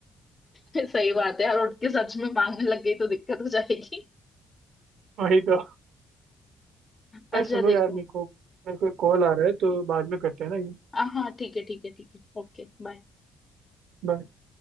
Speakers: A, on the left (about 25°); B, on the right (about 80°).
A: सही बात है यार उठ के सच में मांगने लग गई तो दिक्कत हो जाएगी
B: वही तो पर
A: अच्छा
B: सुनो
A: देखो
B: यार मेरे को मेरे को कॉल आ रहा है तो बाद में करते हैं ना ये
A: हाँ हाँ ठीक है ठीक है ठीक है ओके बाय
B: Bye.